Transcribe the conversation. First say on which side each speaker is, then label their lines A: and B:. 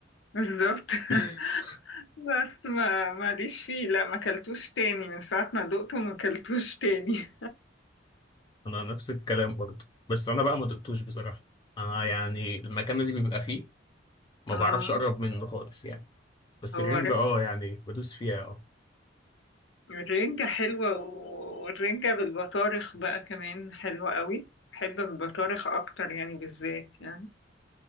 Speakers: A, on the left; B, on the left.
A: بالظبط
B: <laughs>
A: <laughs> بس ما ماليش فيه لا ما كلتوش تاني من ساعة ما دقته ما كلتوش تاني
B: انا نفس الكلام برضه بس انا بقى ما دقتوش بصراحة انا يعني المكان اللي بيبقى فيه ما
A: <laughs> اه
B: بعرفش اقرب منه خالص يعني بس
A: هو
B: الرنجة اه يعني بدوس فيها اه
A: الرنجة حلوة والرنجة بالبطارخ بقى كمان حلوة قوي بحب البطارخ أكتر يعني بالذات يعني